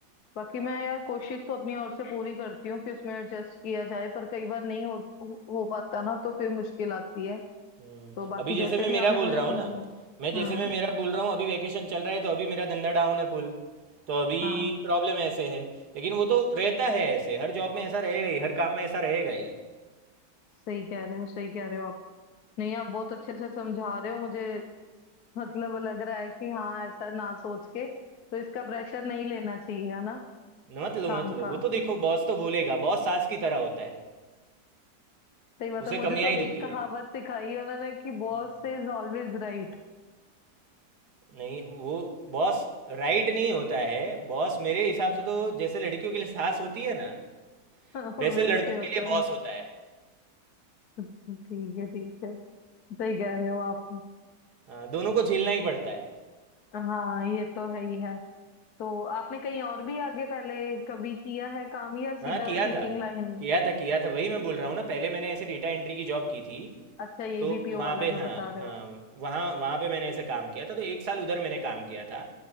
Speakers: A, on the left; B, on the right.
A: बाकी मैं यार कोशिश तो अपनी ओर से पूरी करती हूँ कि उसमें एडजस्ट किया जाए पर कई बार नहीं हो हो पाता ना तो फिर मुश्किल आती है
B: हम्म,
A: तो बाकी
B: अभी
A: जैसे
B: जैसे मैं
A: भी
B: मेरा
A: आपने
B: बोल
A: मुझे
B: रहा
A: समझाया
B: हूँ ना मैं जैसे
A: हाँ
B: मैं मेरा बोल रहा हूँ अभी वैकेशन चल रहा है तो अभी मेरा धंधा डाउन है पुल तो अभी
A: हाँ
B: प्रॉब्लम ऐसे है लेकिन वो तो रहता है ऐसे हर जॉब में ऐसा रहेगा ही हर काम में ऐसा रहेगा ही
A: सही कह रहे हो सही कह रहे हो आप नहीं आप बहुत अच्छे से समझा रहे हो मुझे <laughs> मतलब लग रहा है कि हाँ ऐसा ना सोच के तो इसका प्रेशर नहीं लेना चाहिए है ना
B: न- मत लो
A: काम
B: मत लो
A: का
B: वो तो देखो बॉस तो बोलेगा बॉस सास की तरह होता है
A: सही बात
B: उसे
A: है मुझे
B: कमियां
A: तो
B: ही दिखती
A: एक कहावत
B: है
A: सिखाई है उन्होंने कि बॉस
B: हम्म।
A: इज ऑलवेज राइट
B: नहीं वो बॉस राइट नहीं होता है बॉस मेरे हिसाब से तो जैसे लड़कियों के लिए सास होती है ना
A: <laughs> हाँ,
B: वैसे
A: वैसे
B: लड़कों
A: होता
B: के लिए
A: है
B: बॉस होता है
A: ठीक है ठीक है सही कह रहे हो आप
B: हाँ, दोनों को झेलना ही पड़ता है
A: हाँ ये तो है ही है तो आपने कहीं और भी आगे पहले कभी किया है काम या
B: हाँ
A: सीधा
B: किया
A: टीचिंग
B: था
A: लाइन
B: किया था किया था वही मैं बोल रहा हूँ ना पहले मैंने ऐसे डेटा एंट्री की जॉब की थी
A: अच्छा ये
B: तो
A: बीपीओ
B: वहाँ
A: वाला
B: पे
A: जो
B: हाँ
A: बता रहे
B: हाँ
A: हो
B: वहाँ वहाँ पे मैंने ऐसे काम किया था तो एक साल उधर मैंने काम किया था